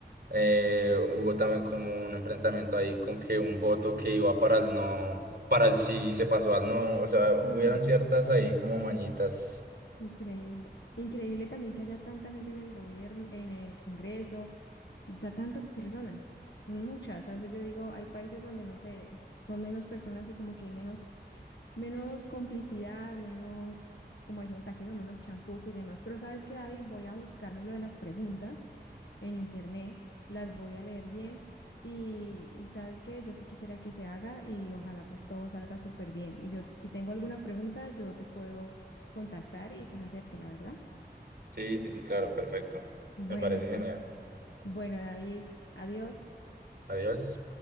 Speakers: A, on the right; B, on the left.
A: eh, hubo también como un enfrentamiento ahí con que un voto que iba para el no, para el sí se pasó al no. O sea, hubieron
B: Mm.
A: ciertas ahí como mañitas
B: Increíble. Increíble también que haya tanta gente en el gobierno, en el Congreso, o sea, tantas personas. Son muchas. A veces yo digo, hay países donde no sé, son menos personas y como que hay menos, menos complicidad, menos, como decimos aquí, no, menos chancuco y demás. Pero ¿sabes qué, David? Voy a buscarme lo de las preguntas en internet, las voy a leer bien y, y sabes que yo sí quisiera que se haga y ojalá pues todo salga súper bien. Y yo, si tengo alguna pregunta, yo te puedo contactar y pues hacértela, ¿verdad?
A: Sí, sí, sí, claro, perfecto.
B: Bueno,
A: Me parece
B: pues,
A: genial.
B: bueno, David, adiós.
A: Adiós.